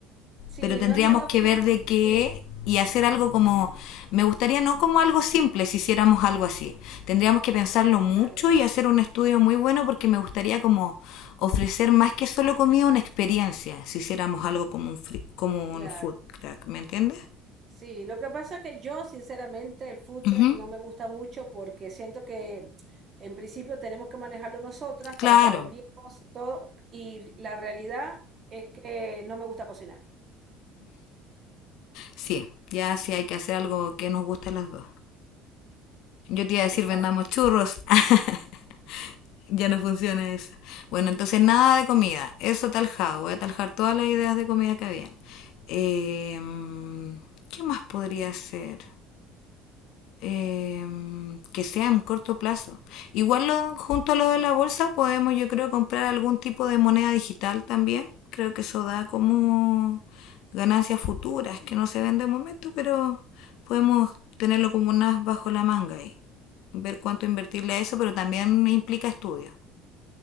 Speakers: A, on the right; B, on the left.
A: sí,
B: pero tendríamos
A: no es mala
B: que
A: opción.
B: ver de qué
A: Sí,
B: y hacer algo como, me gustaría no como algo simple si hiciéramos algo así. Tendríamos que pensarlo mucho
A: claro,
B: y hacer un estudio muy bueno porque me gustaría como ofrecer más que solo comida una experiencia si hiciéramos algo como un, free, como
A: claro.
B: un food truck ¿me entiendes?
A: Sí, lo que pasa es que yo sinceramente el food
B: Uh
A: truck
B: -huh.
A: no me gusta mucho porque siento que en principio tenemos que manejarlo nosotras para
B: Claro,
A: saber bien cómo se- todo y la realidad es que no me gusta cocinar.
B: sí, ya sí hay que hacer algo que nos guste a las dos. Yo te iba a decir
A: Exacto.
B: vendamos churros. <laughs> Ya no funciona esa. Bueno, entonces nada de comida. Eso taljado. Voy a taljar todas las ideas de comida que habían. Em, ¿Qué más podría ser? Em, que sea en corto plazo. Igual lo- junto a lo de la bolsa podemos, yo creo, comprar algún tipo de moneda digital también. Creo que eso da como ganancias futuras que no se ven de momento, pero podemos tenerlo como unas bajo la manga y ver cuánto invertirle a eso, pero también implica estudios.